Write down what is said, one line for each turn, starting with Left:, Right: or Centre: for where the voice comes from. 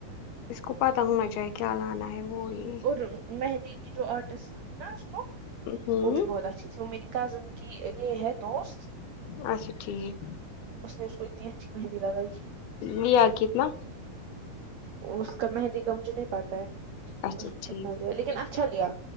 Left: اس کو پتا ہونا چاہیے کیا لانا ہے وہ یہ
Right: اور مہندی کی جو آرٹسٹ تھی نا اس کو
Left: ہوں
Right: وہ بھی بہت اچ جی جی وہ میری کزن کی یہ ہے دوست
Left: اچھا ٹھیک
Right: اس نے اس کو اتنی اچھی مہندی لگائی
Left: لیا کتنا
Right: اس کا مہندی کامجھ نہیں پاتا ہے
Left: اچھا
Right: اس کو
Left: ٹھیک
Right: کتنا لیا لیکن اچھا لیا